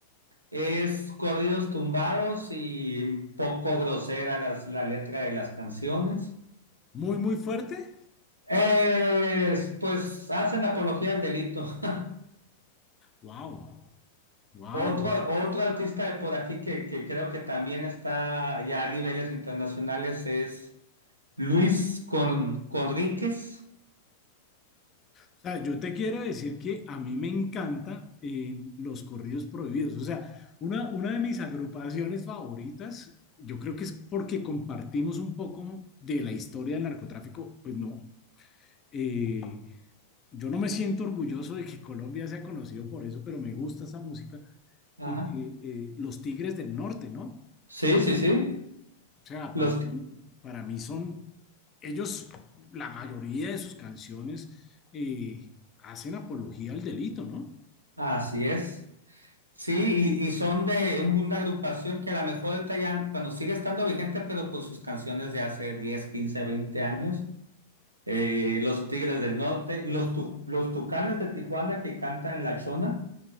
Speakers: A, on the right; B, on the left.
A: Es corridos tumbados y poco grosera las- la letra de las canciones.
B: muy, muy fuerte.
A: Eh, pues hacen apología del delito. <laughs>
B: Wow, wow.
A: Otro, otro artista de por aquí que, que creo que también está ya a niveles internacionales es Luis Con, Conríquez.
B: O sea, yo te quiero decir que a mí me encanta eh, los corridos prohibidos. O sea, una, una de mis agrupaciones favoritas, yo creo que es porque compartimos un poco de la historia del narcotráfico, pues no. eh, yo no me siento orgulloso de que Colombia sea conocido por eso, pero me gusta esa música.
A: Ajá.
B: Eh, eh, eh, los Tigres del Norte, ¿no?
A: Sí, sí, sí.
B: O sea,
A: Los,
B: para mí, para mí son, ellos, la mayoría de sus canciones eh, hacen apología al delito, ¿no?
A: así es. Sí, y, y son de una agrupación que a lo mejor está ya, bueno, sigue estando vigente, pero por sus canciones de hace 10 15 20 años. Eh, los Tigres del Norte, los, Tu- los Tucanes de Tijuana que cantan La Chona.